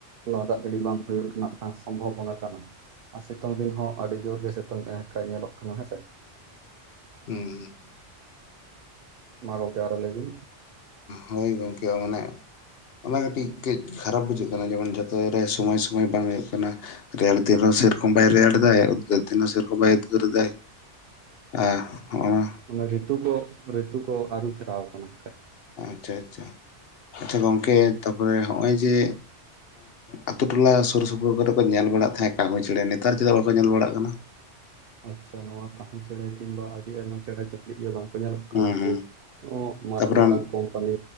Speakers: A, on the right (about 60°); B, on the left (about 55°).
A: ᱱᱚᱣᱟ ᱫᱟᱜ ᱡᱟᱹᱲᱤ ᱵᱟᱝ ᱦᱩᱭᱩᱜ ᱨᱮᱱᱟᱜ ᱢᱤᱫᱴᱟᱝ ᱥᱚᱢᱵᱷᱚᱵᱚᱱᱟ ᱠᱟᱱᱟ᱾ ᱟᱨ ᱥᱤᱛᱩᱝ ᱫᱤᱱ ᱦᱚᱸ ᱟᱹᱰᱤ ᱡᱳᱨ ᱜᱮ ᱥᱤᱛᱩᱝ ᱮ ᱠᱷᱟᱱ ᱧᱮᱞᱚᱜ ᱠᱟᱱᱟ ᱦᱮᱸᱥᱮ᱾
B: ᱦᱩᱸᱻ,
A: ᱢᱟ ᱜᱚᱝᱠᱮ ᱟᱨᱚ ᱞᱟᱹᱭᱵᱤᱱ?
B: ᱦᱳᱭ ᱜᱚᱢᱠᱮ ᱢᱟᱱᱮ ᱚᱱᱟ ᱠᱟᱹᱴᱤᱡ ᱠᱟᱹᱡ ᱠᱷᱟᱨᱟᱯ ᱵᱩᱡᱷᱟᱹᱜ ᱠᱟᱱᱟ ᱡᱮᱢᱚᱱ ᱡᱚᱛᱚ ᱨᱮ ᱥᱚᱢᱚᱭ ᱥᱚᱢᱚᱭ ᱵᱟᱝ ᱦᱩᱭᱩᱜ ᱠᱟᱱᱟ᱾ ᱨᱮᱭᱟᱲ ᱫᱤᱱ ᱦᱚᱸ ᱥᱮᱨᱚᱠᱚᱢ ᱵᱟᱭ ᱨᱮᱭᱟᱲ ᱟᱫᱟ ᱩᱫᱽᱜᱟᱹᱨ ᱫᱤᱱ ᱦᱚᱸ ᱥᱮᱨᱚᱠᱚᱢ ᱵᱟᱭ ᱩᱫᱽᱜᱟᱹᱨ ᱫᱟᱭ᱾ ᱟᱦ ᱦᱚᱜ-ᱚᱭ,
A: ᱚᱱᱟ ᱨᱤᱛᱩ ᱠᱚ ᱨᱤᱛᱩ ᱠᱚ ᱟᱨᱦᱩ ᱯᱷᱮᱨᱟᱣ ᱟᱠᱟᱱᱟ ᱠᱷᱟᱡ,
B: ᱟᱪᱪᱷᱟ ᱟᱪᱪᱷᱟ ᱟᱪᱪᱷᱟ ᱜᱚᱝᱠᱮ ᱛᱟᱨᱯᱚᱨᱮ ᱦᱚᱜ-ᱚᱭ ᱡᱮ ᱟᱛᱩ ᱴᱚᱞᱟ ᱥᱩᱨ ᱥᱩᱯᱩᱨ ᱠᱚᱨᱮ ᱠᱚ ᱧᱮᱞ ᱵᱟᱲᱟᱜ ᱛᱟᱦᱮᱸᱫ ᱠᱟᱦᱩ ᱪᱮᱸᱬᱮ ᱱᱮᱛᱟᱨ ᱪᱮᱫᱟᱜ ᱵᱟᱠᱚ ᱧᱮᱞ ᱵᱟᱲᱟᱜ ᱠᱟᱱᱟ?
A: ᱟᱪᱪᱷᱟ ᱱᱚᱣᱟ ᱠᱟᱹᱦᱩ ᱪᱮᱬᱮ ᱠᱤᱢᱵᱟ ᱟᱹᱰᱤ ᱟᱭᱢᱟ ᱪᱮᱬᱮ ᱵᱟᱝᱠᱚ ᱧᱮᱞᱚᱜ ᱠᱟᱱᱟ
B: ᱦᱩᱸ ᱦᱩᱸ
A: ᱡᱮ ᱢᱟᱨᱟᱝ
B: ᱛᱟᱯᱚᱨᱮ
A: ᱢᱟᱨᱟᱝ ᱠᱚᱢ ᱠᱚᱢᱯᱟᱱᱤ